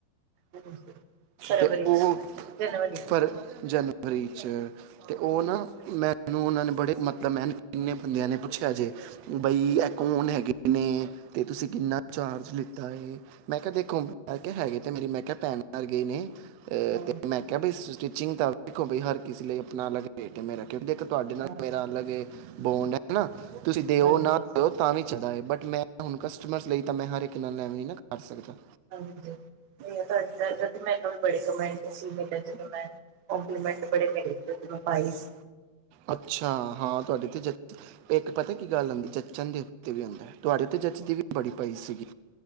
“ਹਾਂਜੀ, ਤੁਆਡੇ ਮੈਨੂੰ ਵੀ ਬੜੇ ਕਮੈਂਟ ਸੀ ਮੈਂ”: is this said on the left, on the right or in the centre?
Right